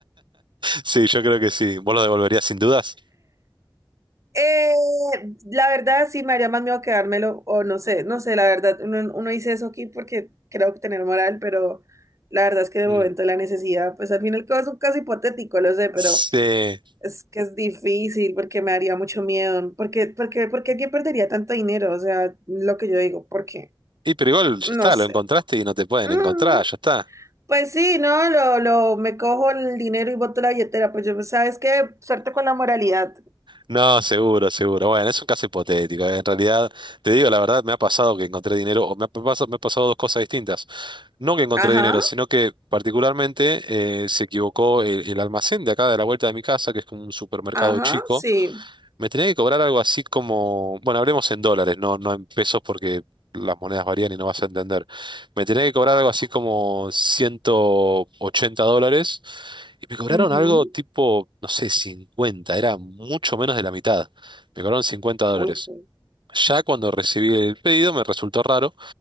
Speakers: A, on the right; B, on the right.
A: Sí, yo creo que sí. ¿Vos lo devolverías sin dudas?
B: Eh, la verdad, sí, me haría más miedo quedármelo, o no sé, no sé, la verdad, uno, uno dice eso aquí porque creo que tener moral, pero la verdad es que de
A: Mm.
B: momento la necesidad, pues al final es un caso hipotético, lo sé, pero
A: Sí.
B: es que es difícil porque me haría mucho miedo, porque, porque, porque alguien perdería tanto dinero, o sea, lo que yo digo, porque,
A: Y pero igual ya
B: no
A: está,
B: sé.
A: lo encontraste y no te pueden
B: Mm,
A: encontrar, ya está.
B: pues sí, ¿no? Lo, lo, me cojo el dinero y boto la billetera, pues yo, ¿sabes qué? Suerte con la moralidad.
A: No, seguro, seguro. Bueno, es un caso hipotético. ¿eh? En realidad, te digo la verdad, me ha pasado que encontré dinero, o me ha pasado, me ha pasado dos cosas distintas. No que encontré
B: Ajá,
A: dinero, sino que particularmente eh, se equivocó el, el almacén de acá de la vuelta de mi casa, que es como un supermercado
B: ajá,
A: chico.
B: sí.
A: Me tenía que cobrar algo así como, bueno, hablemos en dólares, no, no en pesos porque las monedas varían y no vas a entender. Me tenía que cobrar
B: Ah.
A: algo así como 180 dólares y me cobraron
B: Ujú.
A: algo tipo, no sé, 50, era mucho menos de la mitad. Me cobraron 50 dólares.
B: Uy, sí,
A: Ya cuando recibí el pedido me resultó raro